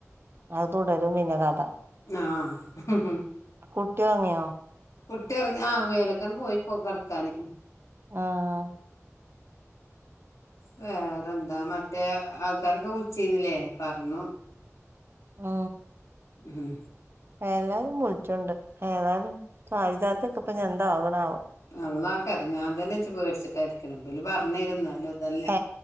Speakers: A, on the right; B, on the left.
A: അത് തുടരും പിന്നെ കഥ.
B: ആഹ്.
A: കുട്ടി ഉറങ്ങിയോ
B: കുട്ടി ഒറങ്ങി ആ വേലൊക്കെ പോയിപ്പൊ കെടക്കാന്
A: ആഹ്.
B: വേറെന്താ മറ്റേ ആൾക്കാരൊക്കെ വിളിചീന്നില്ലേ? പർഞ്ഞു.
A: മ്ഹ്
B: ഉം
A: എല്ലാവരും വിൾച്ചൂണ്ട് ഏതായാലും <unintelligible> ഇപ്പ ന്താവണാവോ.
B: നല്ല <unintelligible> ഇജ്ജ് പേടിച്ചിട്ടായിരിക്കണെ ന്തേലും പറഞ്ഞ് തരും ന്നാലും അതല്ല.
A: ഏ